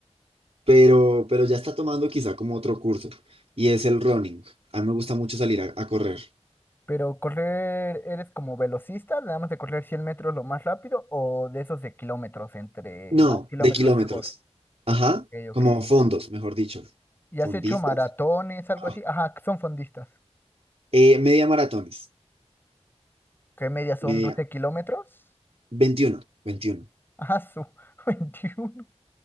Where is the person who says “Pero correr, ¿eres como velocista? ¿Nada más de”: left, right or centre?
Left